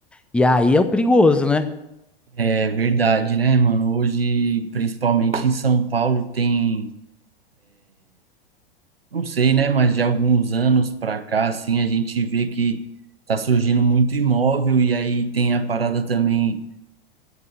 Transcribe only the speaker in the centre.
E aí é o perigoso, né?